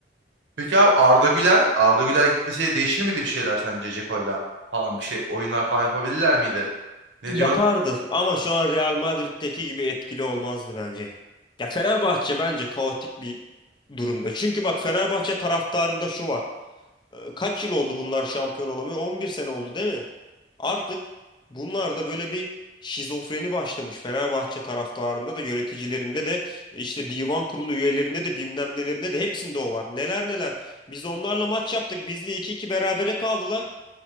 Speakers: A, on the right; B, on the left.
A: Peki abi Arda Güler, Arda Güler gitmesiyle değişir miydi bir şeyler sence Ceko'yla falan bir şey oyunlar falan yapabilirler miydi? Ne
B: Yapardı
A: diyorsun?
B: ama şu an Real Madrid'deki gibi etkili olmazdı bence. Ya Fenerbahçe bence kaotik bir durumda. Çünkü bak Fenerbahçe taraftarında şu var. Ee, Kaç yıl oldu bunlar şampiyon olamıyor? 11 sene oldu değil mi? Artık bunlarda böyle bir şizofreni başlamış Fenerbahçe taraftarında da yöneticilerinde de işte divan kurulu üyelerinde de bilmem nelerinde de hepsinde o var. Neler neler. Biz onlarla maç yaptık. Bizle iki iki berabere kaldılar.